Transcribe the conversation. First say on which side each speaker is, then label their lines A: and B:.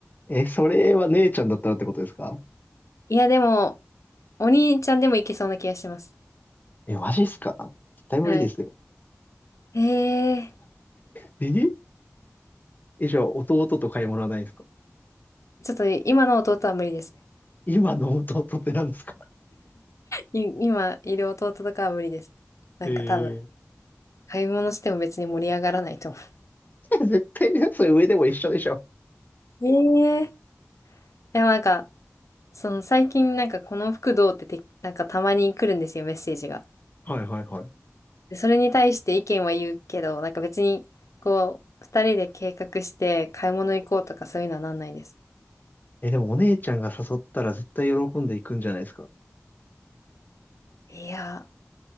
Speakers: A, on the left (about 35°); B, on the left (about 80°).
A: え、それは姉ちゃんだったらってことですか
B: いや、でも、お兄ちゃんでも行けそうな気がしてます。
A: え、マジっすか絶対無理ですよ。
B: はい。え
A: ええじゃあ、弟と買い物はないんですか
B: ー、ちょっと今の弟は無理ですね。
A: 今の弟って何ですか
B: い今いる弟とかは無理です。なんか多分、
A: ええ。
B: 買い物しても別に盛り上がらないと思う。
A: <laughs> 絶対ね、それ上でも一緒でしょ。
B: えー、でもなんか、その最近なんかこの服どうってて、なんかたまに来るんですよ、メッセージが。
A: はいはいはい。
B: でそれに対して意見は言うけど、なんか別に、こう、二人で計画して買い物行こうとかそういうのはなんないです。
A: え、でもお姉ちゃんが誘ったら絶対喜んでいくんじゃないですか。
B: いや